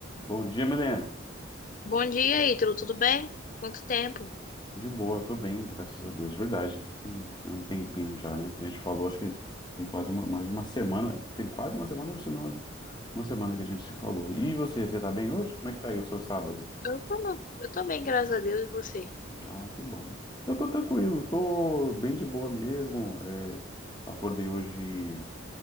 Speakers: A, on the left; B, on the left.
A: Bom dia, Milena.
B: Bom dia, Ítalo. Tudo bem? Quanto tempo?
A: De boa, tô bem, graças a Deus, verdade. Tem um, tem um tempinho já, né? A gente falou, acho que tem quase uma, mais de uma semana, tem quase uma semana, ou se não, uma semana que a gente se falou. E você, você tá bem hoje? Como é que tá aí o seu sábado?
B: Eu tô, eu tô bem, graças a Deus, e você?
A: Ah, que bom. Eu tô tranquilo, tô bem de boa mesmo. é, acordei hoje,